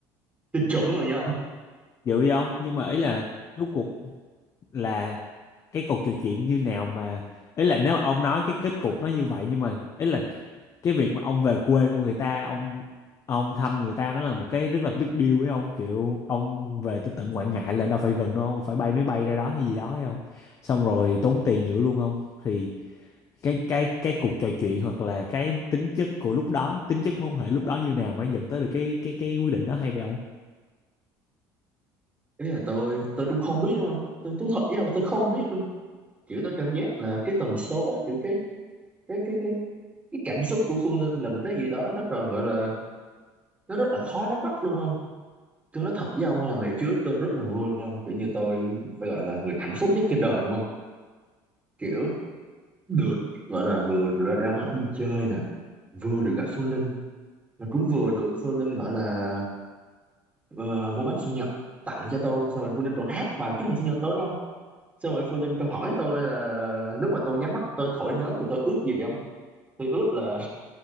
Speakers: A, on the right; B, on the left.
A: tin chuẩn rồi nha ông
B: Dữ vậy không? Nhưng mà ý là rốt cuộc là cái cục trò chuyện như nào mà ấy là nếu mà ông nói cái kết cục nó như vậy nhưng mà ấy là cái việc mà ông về quê của người ta ông ông thăm người ta nó là một cái rất là big deal ấy ông kiểu ông về tới tận Quảng Ngãi là đâu phải gần đâu ông phải bay máy bay ra đó hay gì đó ấy không xong rồi tốn tiền dữ luôn không thì cái cái cái cuộc trò chuyện hoặc là cái tính chất của lúc đó tính chất mối quan hệ lúc đó như nào mà nó dẫn tới được cái cái cái quyết định đó hay vậy
A: ý là tôi tôi cũng không biết đâu ông tôi tôi thật với ông là tôi không biết luôn kiểu tôi cảm giác là cái tần số kiểu cái cái cái cái cái cảm xúc của Phương Linh là một cái gì đó nó tròn gọi là nó rất là khó nắm bắt luôn không tôi nói thật với ông là ngày trước tôi rất là vui luôn kiểu như tôi phải gọi là người hạnh phúc nhất trên đời đúng không kiểu được gọi là vừa ra, ra ngoài đi chơi nè vừa được gặp Phương Linh mà cũng vừa được Phương Linh gọi là ờ, mua bánh sinh nhật tặng cho tôi xong rồi Phương Linh còn hát bài chúc mừng sinh nhật tôi đó không xong rồi Phương Linh còn hỏi tôi là lúc mà tôi nhắm mắt tôi thổi nến thì tôi ước gì không tôi ước là